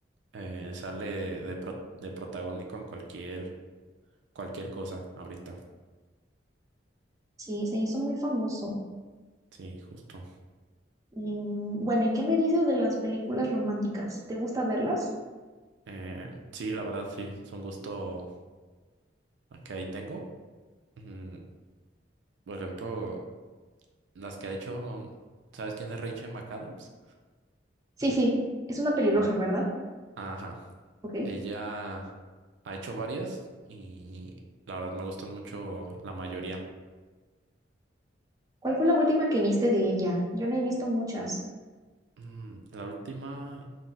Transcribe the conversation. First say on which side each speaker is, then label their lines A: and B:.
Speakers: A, on the right (about 80°); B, on the right (about 20°).
A: eh, sale de, de pro- de protagónico en cualquier, cualquier cosa, ahorita.
B: Sí, se hizo muy famoso.
A: Sí, justo.
B: Y, mm, bueno, ¿y qué me dices de las películas románticas? ¿Te gusta verlas?
A: Eh, sí, la verdad, sí, es un gusto que ahí tengo. Ujú. Por ejemplo, las que ha hecho, ¿sabes quién es Rachel McAdams?
B: Sí, sí, es una pelirroja,
A: Ah,
B: ¿verdad?
A: Ajá.
B: Ok.
A: Ella ha hecho varias y la verdad me gustan mucho la mayoría.
B: ¿Cuál fue la última que viste de ella? Yo no he visto muchas.
A: Mm, La última,